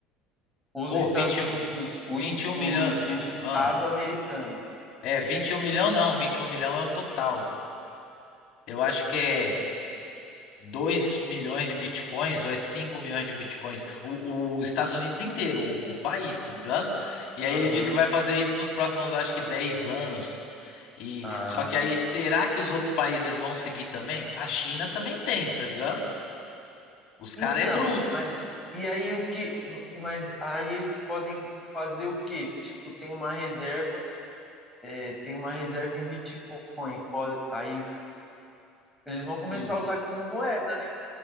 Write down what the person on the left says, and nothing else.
Ô,
20
e- um vi-
21
milhão. vi-
ah,
é, vinte e um milhão não, 21 milhão é o total. Eu acho que é. 2 milhões de bitcoins, ou é 5 milhões de bitcoins, o, os Estados Unidos inteiro, o, o país, tá ligado? E aí
ele disse que vai fazer isso nos próximos, acho que 10 anos. E
só que aí, será que os outros países vão seguir também? A China também tem, tá ligado? Os caras
é bruto.
Hum.